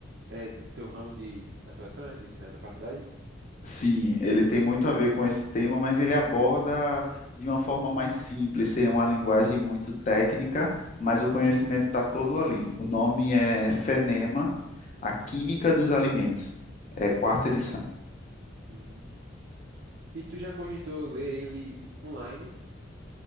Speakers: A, on the right; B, on the left.
A: É do teu ramo de atuação, né, de- da, da faculdade?
B: Sim, ele tem muito a ver com esse tema, mas ele aborda de uma forma mais simples, é uma linguagem muito técnica, mas o conhecimento está todo ali. O nome é FENEMA, A Química dos Alimentos. É quarta edição.
A: Hum. E tu já cogitou ler ele online,